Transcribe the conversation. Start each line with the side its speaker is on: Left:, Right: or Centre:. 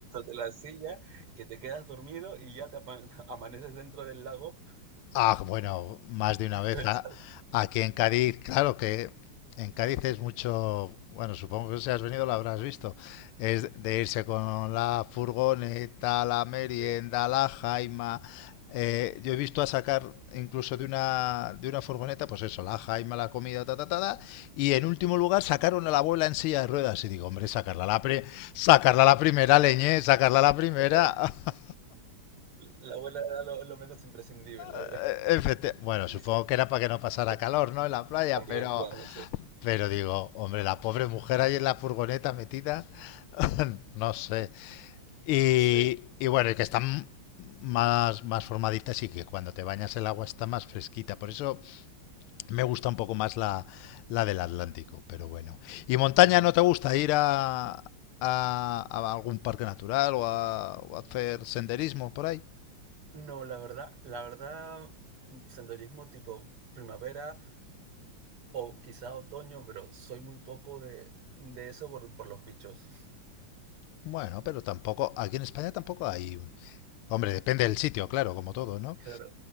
Right: de la silla, que te quedas dormido y ya te ama- <laughs> amaneces dentro del lago.
Left: Ah, bueno, más de una
Right: <laughs>
Left: vez.
Right: Todo el
Left: ah.
Right: charco,
Left: Aquí en Cádiz, claro que en Cádiz es mucho, bueno, supongo que si has venido lo habrás visto, es de irse con la furgoneta, la merienda,
Right: sí.
Left: la jaima. Eh, yo he visto a sacar incluso de una, de una furgoneta, pues eso, la jaima, la comida, ta, ta, ta, ta, y en último lugar sacaron a la abuela en silla de ruedas. Y digo, hombre, sacarla a la, pri- sacarla a la primera, leñé, sacarla a la primera.
Right: O sea, que
Left: <laughs>
Right: La abuela era lo, lo menos imprescindible.
Left: Eh,
Right: de- <laughs>
Left: Efecti- Bueno,
Right: y
Left: supongo
Right: sí,
Left: que era para que no pasara
Right: bueno,
Left: calor, ¿no? En la playa,
Right: También,
Left: pero,
Right: bueno, sí.
Left: pero digo, hombre, la pobre mujer ahí en la furgoneta metida, <laughs> no sé. Y,
Right: Sí.
Left: y bueno, y que están más, más formaditas y que cuando te bañas el agua está más fresquita. Por eso me gusta un poco más la, la del Atlántico, pero bueno. ¿Y montaña
Right: ujú.
Left: no te gusta ir a, a- a algún parque natural o a, o a hacer senderismo por ahí?
Right: No, la verdad, la verdad, mm, senderismo tipo primavera o quizá otoño, pero soy muy poco de, de eso por, por los bichos.
Left: Bueno, pero tampoco, aquí en España tampoco hay Hombre, depende del sitio, claro, como todo, ¿no?
Right: Claro.